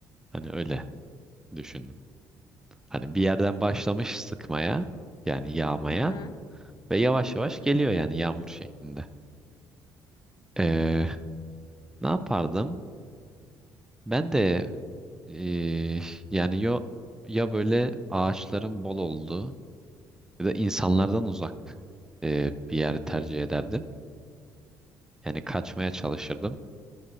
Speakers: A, in the centre; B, on the left.
A: Hani öyle düşündüm. Hani bir yerden başlamış sıkmaya yani yağmaya
B: Hı hı.
A: ve yavaş
B: Hı
A: yavaş
B: hı.
A: geliyor yani yağmur şeklinde. Ee, ne yapardım? Ben de ee, yani yo, ya böyle ağaçların bol olduğu ya da insanlardan uzak ee, bir yeri
B: Hı
A: tercih
B: hı.
A: ederdim. Yani kaçmaya çalışırdım.